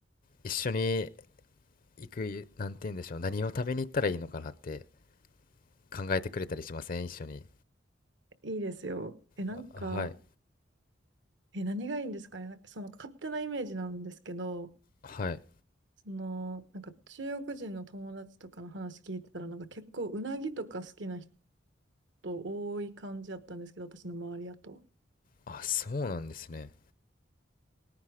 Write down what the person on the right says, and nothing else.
いいですよ。え、なんか、
え、何がいいんですかね。なんかその勝手なイメージなんですけど、
その、なんか中国人の友達とかの話聞いてたら、なんか結構うなぎとか好きな人多い感じだったんですけど、私の周りだと。